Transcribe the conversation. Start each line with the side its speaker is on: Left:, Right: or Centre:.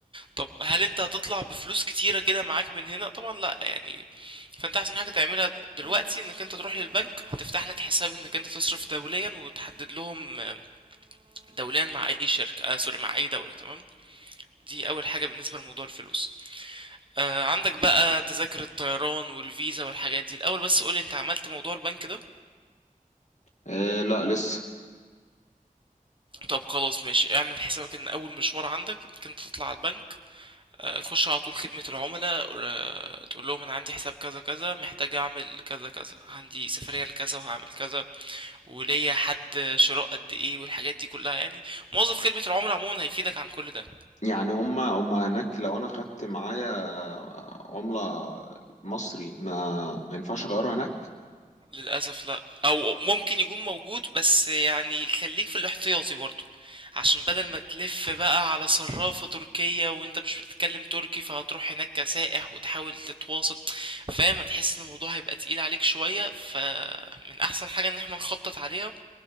Right: طب هل انت هتطلع بفلوس كتيره كده معاك من هنا طبعا لا يعني فانت احسن حاجه تعملها دلوقتي انك انت تروح للبنك هتفتح لك حساب انك انت تصرف دوليا وتحدد لهم آه، دوليا مع اي شركه آه سوري مع اي دوله تمام دي اول حاجه بالنسبه لموضوع الفلوس آه عندك بقى تذاكر الطيران والفيزا والحاجات دي الاول بس قولي انت عملت موضوع البنك ده
Left: إيه لا لسه
Right: طب خلاص ماشي اعمل حسابك ان اول مشوار عندك انك انت تطلع على البنك آه تخش على طول خدمة العملاء آه تقول لهم انا عندي حساب كذا كذا محتاج اعمل كذا كذا عندي سفرية لكذا وهعمل كذا وليا حد شراء قد ايه والحاجات دي كلها يعني موظف خدمة العملاء عموما هيفيدك عن كل ده
Left: يعني هما هما هناك لو انا خدت معايا عملة مصري ما ما ينفعش اغيرها هناك
Right: للأسف لا أو ممكن يكون موجود بس يعني خليك في الاحتياطي برضو عشان بدل ما تلف بقى على صرافة تركية وانت مش بتتكلم تركي فهتروح هناك كسائح وتحاول تتواصل فاهم هتحس ان الموضوع هيبقى تقيل عليك شوية فمن أحسن حاجة ان احنا نخطط عليها